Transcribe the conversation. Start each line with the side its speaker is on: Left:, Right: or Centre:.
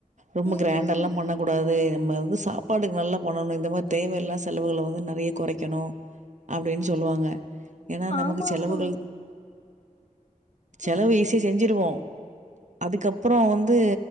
Right: ரொம்ப
Left: ம்.
Right: கிராண்டால்லா பண்ண கூடாது நம்ம வந்து சாப்பாடுக்கு நல்லா பண்ணணும் இந்த மாதிரி தேவையில்லா செலவுகள வந்து நெறைய குறைக்கணு அப்டின்னு சொல்வாங்க ஏனா நமக்கு
Left: ஆமாமா.
Right: செலவுகள் செலவு
Left: ம்.
Right: ஈசியா செஞ்சிருவோ அதுக்கப்பற வந்து